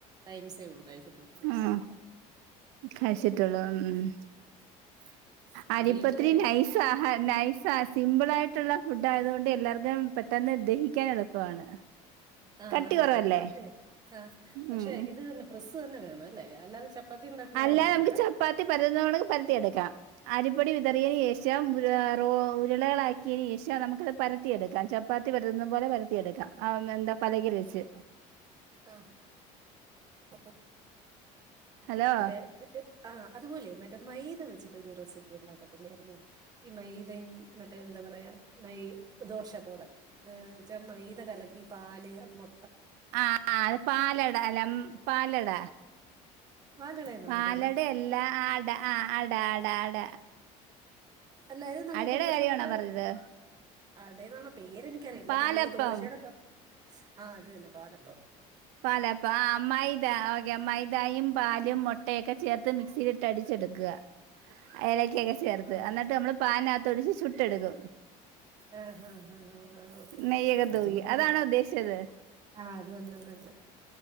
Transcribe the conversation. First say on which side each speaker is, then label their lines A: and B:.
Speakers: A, on the right; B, on the right.
A: ടൈംസേ ഉള്ളു കഴിച്ചിട്ടുള്ള
B: ഉം കഴിച്ചിട്ടുള്ളൂ ഉം
A: <inaudible>
B: അരിപത്രി
A: വീട്ടില്
B: നൈസ്സ് ഹ നൈസ ആ സിമ്പിൾ ആയിട്ടുള്ള ഫുഡ് ആയതു കൊണ്ട് എല്ലാവർക്കും പെട്ടെന്ന് ദഹിക്കാൻ എളുപ്പമാണ്
A: ആഹ
B: കട്ടി
A: ആഹ
B: കുറവല്ലേ
A: ആഹ പക്ഷെ ആഹ പക്ഷെ
B: ഉം
A: ഇത് തന്നെ പ്രസ്സ് തന്നെ വേണം അല്ലേ അല്ലാതെ ചപ്പാത്തി ഉണ്ടാക്കണ
B: അല്ല
A: പോലെ പറ്റത്തില്ല
B: നമുക്ക് ചപ്പാത്തി പരത്തുന്നണെങ്കിൽ പരത്തിയ എടുക്കാം അരിപ്പൊടി വിതറിയതിനന് ശേഷം റ ഉരുളകളാക്കിയതിനന് ശേഷം നമുക്കത് പര വത്തിയെടുക്കാം ചപ്പാത്തി പരുതുന്ന പോലെ പരത്തിയെടുക്കാം എന്താ പലകിൽ വെച്ച്
A: ആഹ <inaudible>
B: ഹലോ
A: റ്റേ ആഹ അതുപോലെ മറ്റേ മൈദ വെച്ചിട്ട ഒരു റെസിപ്പി ഉണ്ടാക്കത്തില്ലായിരുന്നു ഈ മയ്തയും മറ്റേ എന്താ പറയാ മൈ ദോശ പോലെ ഏ ചെറ മൈത കലക്കി പാല് മു
B: ആഹ ആഹ അത് പാലട അല്ല പാലട
A: പാലടയെന്നാണോ
B: പാലട
A: പേര്
B: എല്ലാം ആട ആഹ അട അട അട
A: അല്ലായതെ നമ്മൾ
B: അടയുടെ
A: ദോഷങ്ങളടെ
B: കാര്യമാണോ പറഞ്ഞത്
A: അവിടെേന്നാണോ പേരെനിക്കറിയില്ല
B: പാലപ്പം
A: നമ്മൾ ഈ ദോശയുടെ ഇപ്പ ആഹ അത് തന്നെ പാലപ്പ
B: പാലാപ്പ ആ മൈദ ഓക്കെ മൈതായും പാലും മുട്ട മുട്ടയൊക്കെ ചേർത്ത് മിക്സിയിലിട്ട് അടിച്ചെടുക്കുക ഏലക്കൊക്കെ ചേർത്ത്
A: ആഹ്
B: എന്നിട്ട് നമ്മള് പാനകത്തൊഴിച്ച് ചുട്ടെടുക്കും
A: ആഹ അഹ അഹ ആഹ ഓക്കെ ഓക്കെ
B: നെയ്യൊക്കെ
A: സത്യം
B: തൂകി
A: പറഞ്ഞ
B: അതാണോ
A: ഈ
B: ഉദ്ദേശിച്ചത്
A: ആഹ അത് തന്നെ അത് തന്നെ